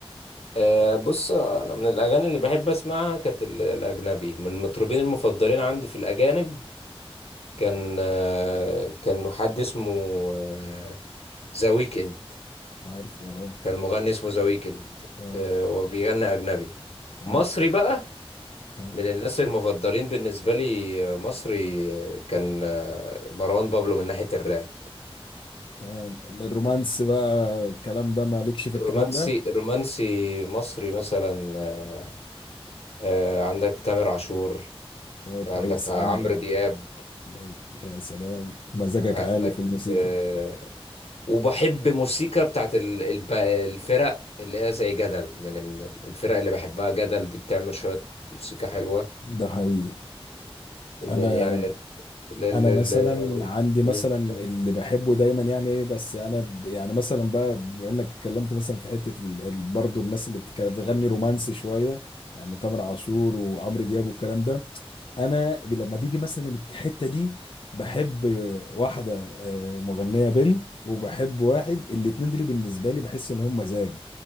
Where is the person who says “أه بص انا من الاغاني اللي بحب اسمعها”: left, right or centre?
Left